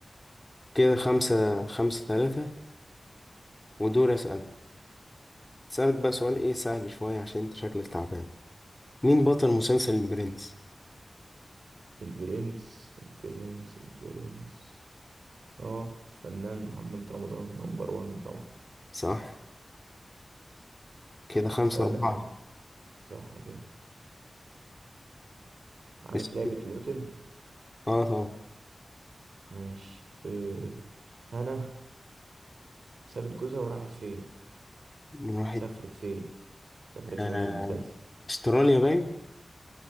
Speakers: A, on the left; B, on the right.
A: كده خمسة خمسة ثلاثة ودور أسألك أسألك بقى سؤال إيه سهل شوية عشان أنت شكلك تعبان مين بطل مسلسل البرنس؟
B: البرنس البرنس البرنس اه الفنان محمد رمضان نمبر وان طبعا
A: صح كده خمسة
B: أسألك
A: أربعة
B: أنا صح كده عارف
A: لسه
B: لعبة
A: في-
B: نيوتن
A: آه طبعا
B: ماشي أه هنا سابت جوزها وراحت فين
A: من واحد
B: سافرت فين سافرت
A: آه.
B: فين في المسلسل
A: أستراليا باين